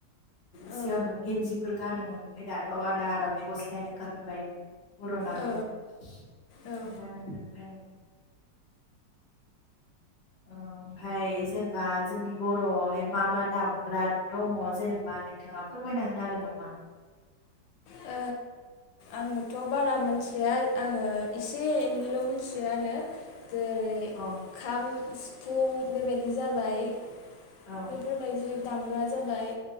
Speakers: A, on the left; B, on the left.
A: सिगांथ
B: औ
A: गेन्जिफोर गानोमोन ओमफ्राय दाथ' आरो आर'नाइ गस्लायानो ओंखारखाबाय बर'नाबो
B: औ
A: बिदि
B: औ ओ
A: गानो ओमफाय अ ओमफ्राय जेनेबा जोंनि बर'आवहाय मा मा दामग्रा दङ जेनेबा नोंथाङा फोरमायना होनो हागोन नामा?
B: ओ आंङोथ' बारा मोन्थिया आङो एसे एनैल' मोन्थियो आरो। जेरै
A: अ
B: खाम, सिफुं बेबायदि जाबाय।
A: औ
B: बेफोर बायदि दामग्रा जाबाय